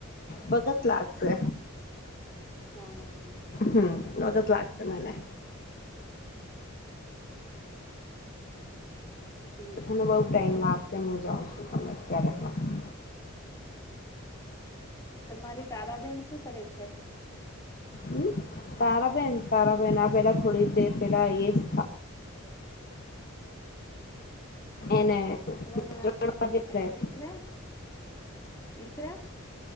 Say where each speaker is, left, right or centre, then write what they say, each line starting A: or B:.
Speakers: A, on the left; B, on the left.
A: બચત લાગશે
B: હા
A: હમ વગત લાગશે મને
B: ઠીક
A: મ
B: છે
A: બઉુ ટાઈમ
B: ઓર
A: લાગશે હું જાઉં છું તમે અત્યારે પણ
B: તમારી તારાબેન શું કરે છે
A: હમ તારાબેન તારાબેન આ પેલા થોડી દેર પેલા એ થ એને
B: ઓલ મના
A: ત્રણ વાગે
B: એના
A: ગયા.
B: દીકરા દીકરા